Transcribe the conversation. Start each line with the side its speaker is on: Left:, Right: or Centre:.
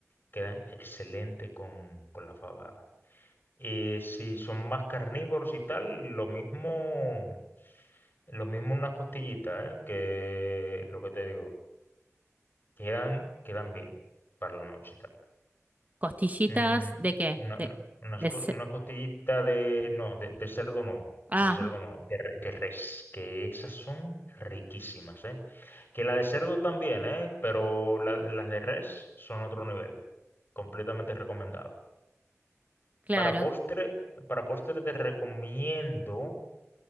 Left: quedan excelente con, con la fabada. Eh, si son más carnívoros y tal, lo mismo, lo mismo unas costillitas, ¿eh? que lo que te digo, quedan, quedan bien para la noche y tal.
Right: ¿Costillitas
Left: Mm,
Right: de qué?
Left: una,
Right: De,
Left: una- unas
Right: de
Left: co-
Right: ce-
Left: una costillita de... No, de, de cerdo no.
Right: ah,
Left: De cerdo no. De, re- de res. Que esas son riquísimas, ¿eh? Que la de cerdo también, ¿eh? Pero la- las de res son otro nivel. Completamente recomendado.
Right: claro.
Left: Para postre, para postre te recomiendo...